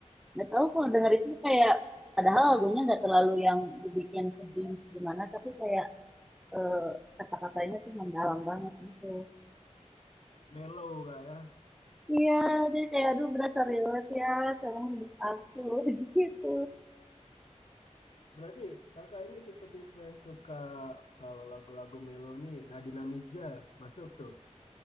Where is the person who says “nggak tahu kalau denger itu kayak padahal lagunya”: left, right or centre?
Centre